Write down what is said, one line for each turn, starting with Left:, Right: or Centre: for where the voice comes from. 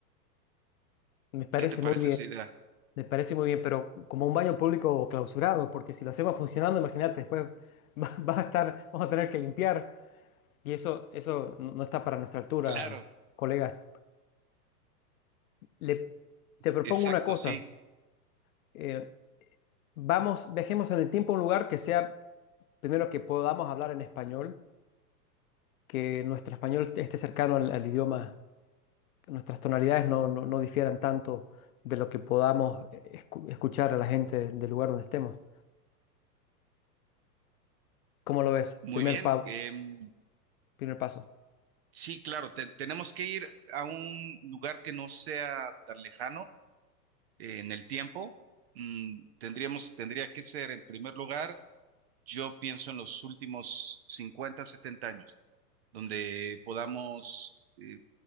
Left: Me parece
Right: ¿Qué te parece
Left: muy bien,
Right: esa idea?
Left: me parece muy bien, pero como un baño público clausurado, porque si lo hacemos funcionando, imagínate, después <laughs> va, va a estar, vamos a tener que limpiar y eso, eso no no está para nuestra altura,
Right: Claro,
Left: colega. Le, te propongo
Right: exacto,
Left: una cosa.
Right: sí.
Left: eh, vamos, viajemos en el tiempo a un lugar que sea primero que podamos hablar en español, que nuestro español esté cercano al, al idioma, que nuestras tonalidades no, no, no difieran tanto de lo que podamos eh, escu- escuchar a la gente del lugar donde estemos. ¿Cómo lo ves?
Right: Muy
Left: Primer
Right: bien.
Left: pa-
Right: em,
Left: primer paso.
Right: sí, claro, te- tenemos que ir a un lugar que no sea tan lejano eh, en el tiempo. Mm, tendríamos, tendría que ser en primer lugar Yo pienso en los últimos 50 70 años, donde podamos, eh,